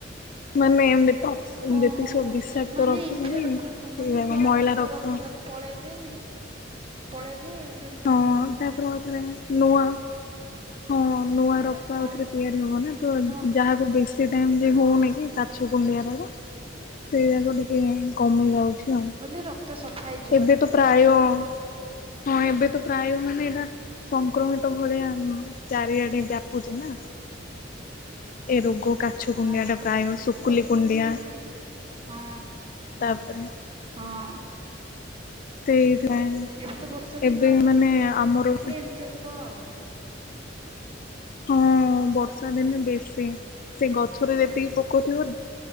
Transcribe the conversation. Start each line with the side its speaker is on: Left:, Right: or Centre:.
Left: ମାନେ ଏମୀ ଟଫ୍
Right: ଓହୋ
Left: ଯେତିକି ସବୁ
Right: ହୋ
Left: ବିସାକ୍ତ
Right: ମାନେ
Left: ରକ୍ତ
Right: ଇମ୍ପିଓର
Left: ହେଇନି ସେଇ
Right: ମାନେ
Left: ନାଇକଣ
Right: ଖରାପ
Left: ରକ୍ତ ମହିଳା ରକ୍ତ
Right: ଯାକ ପଳେଇଲେ ପଳେଇଲେ ସେମ
Left: ହଁ ତାପରେ ଆଉ ଥରେ ନୂଆ ହଁ ନୂଆ ର ରକ୍ତ ଆଉଥରେ
Right: ହଁ
Left: ତିଆରି ହବ ନା ତ
Right: ନୁହଁ
Left: ଯାହାକୁ ବେଶୀ ଟାଇମି ଯେ ହଉନି
Right: ହଁ ହଁ
Left: କି
Right: ହଁ
Left: କାଛୁ କୁଣ୍ଡିଆକୁ ରହିବ ସେଇ ଆକୁ ଟିକେ କମି ଯାଉଛି ଆଉ
Right: ମୁଁ କହିଲି ରକ୍ତ ସଫା ହେଇଛି
Left: ଏବେ ତ ପ୍ରାୟ ହଁ ଏବେ ତ ପ୍ରାୟ ମାନେ ଏଇଟା ସଂକ୍ରମିତ ଭଳିଆ ଚାରିଆଡ଼େ ବ୍ୟାପୁଛି ନା ଏ ରୋଗ ଆଗ କାଛୁ
Right: ହଁ
Left: କୁଣ୍ଡିଆଟା
Right: ହଁ
Left: ପ୍ରାୟ ଶୁକୁଲି
Right: ଏଇ ବର୍ଷା
Left: କୁଣ୍ଡିଆ
Right: ଦିନ ଆସିଲେ ହଁ
Left: ତାପରେ
Right: ହଁ
Left: ସେଇଥିାଇଁ
Right: ଏବେ ତ ବର୍ଷା ଦିନ
Left: ଏବେ
Right: ଆସିଲେ
Left: ମାନେ ଆମର
Right: ଏମିତି ହବ ଆଉ
Left: ହଁ ବର୍ଷା ଦିନେ ବେଶୀ ସେ ଗଛରେ ଯେତିକି ପୋକଥିବ